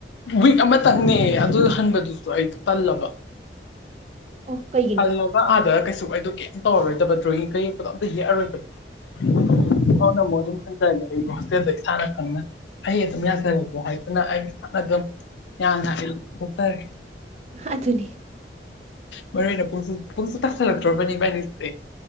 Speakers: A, on the left; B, on the right.
A: ꯋꯤꯛ ꯑꯃꯇꯪꯅꯦ ꯑꯗꯨ ꯍꯟꯕꯗꯨꯁꯨ ꯑꯩꯗꯤ ꯇꯜꯂꯕ
B: ꯑꯣ ꯀꯩꯒꯤꯅꯣ
A: ꯍꯜꯂꯒ ꯑꯥꯗ ꯀꯩꯁꯨ ꯑꯩꯗꫭ ꯀꯩꯝ ꯇꯧꯔꯔꯣꯏꯗꯕ ꯗ꯭ꯔꯣꯋꯤꯡꯒ ꯌꯦꯛꯄꯗꯣ ꯑꯝꯇ ꯌꯦꯛꯑꯔꯣꯏꯗꯕ <unintelligible> ꯑꯗꯨꯝ ꯍꯟꯖꯥꯔꯦ ꯑꯩ ꯍꫭꯁꯇꯦꯜꯗ ꯏꯁꯥꯅ ꯈꯪꯅ ꯑꯩ ꯑꯗꯨꯝ ꯌꯥꯖꯔꯒꯦ ꯍꯥꯏꯗꯨꯅ ꯑꯩ ꯏꯁꯥꯅ ꯑꯗꯨꯝ ꯌꯥꯅ <unintelligible>
B: ꯑꯗꯨꯅꯤ
A: ꯃꯔꯨꯑꫭꯏꯅ ꯄꯨꯡꯁꯨ ꯄꯨꯡꯁꯨ ꯇꯁꯂꯛꯇ꯭ꯔꯣꯕꯅꯤ ꯄꯥꯏꯅꯤꯁꯦ